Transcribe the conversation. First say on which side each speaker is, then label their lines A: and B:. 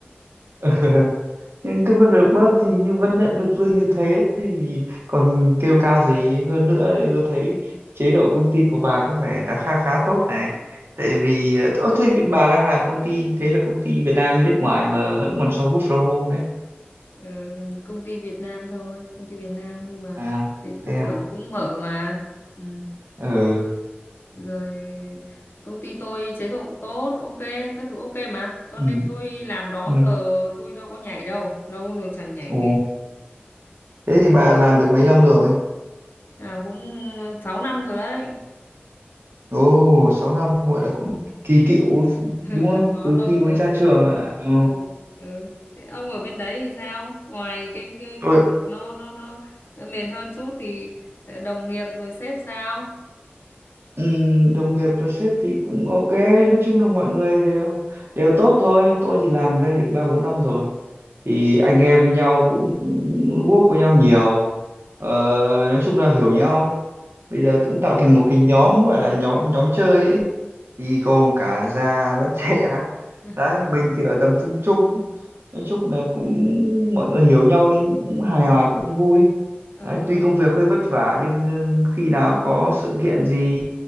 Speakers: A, on the right (about 70°); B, on the left (about 60°).
A: <laughs> nhưng cứ vẫn được bớt thì nhưng vẫn nhận được lương như thế thì còn kêu ca gì hơn nữa
B: Ừ.
A: thì tôi thấy chế độ công ty của bà có vẻ là khá khá tốt này tại vì ờ thế thì bà đang làm công ty như thế là công ty Việt Nam với nước ngoài mà vẫn còn cho work from home đấy
B: Ờ, công ty Việt Nam thôi công ty Việt Nam nhưng mà
A: à
B: cái tư
A: thế à
B: tưởng cũng mở mà ừ.
A: ừ
B: rồi công ty tôi chế độ tốt ok các thứ ok mà cho nên
A: ừ
B: tôi làm đó
A: ừ
B: giờ tôi đâu có nhảy đâu lâu rồi chẳng nhảy
A: ồ
B: việc
A: thế thì bà làm được mấy năm rồi
B: làm cũng 6 năm rồi đấy
A: ồ sáu năm gọi là cũng kỳ cựu
B: <laughs> ừ,
A: đúng không
B: gắn bó
A: từ
B: lâu
A: khi
B: rồi
A: mới ra trường à ồ
B: ừ, ừ. Thế ông ở bên đấy thì sao ngoài cái, cái
A: tôi
B: công việc nó nó nó mệt hơn chút thì ờ, đồng nghiệp rồi sếp sao
A: Ừ, đồng nghiệp và sếp thì cũng ok nói chung là mọi người đều đều tốt thôi tôi thì làm đây được ba bốn năm rồi thì anh em với nhau cũng work với nhau nhiều ờ, nói chung là hiểu nhau bây giờ cũng tạo thành một cái nhóm gọi là nhóm nhóm chơi ấy thì gồm cả già lẫn <laughs> trẻ
B: <laughs>
A: đấy mình thì ở tầm trung trung nói chung là cũng mọi người hiểu nhau nên cũng hài hòa cũng vui
B: ờ,
A: Đấy, tuy
B: công
A: công việc hơi vất vả nhưng ừ, khi nào có sự kiện gì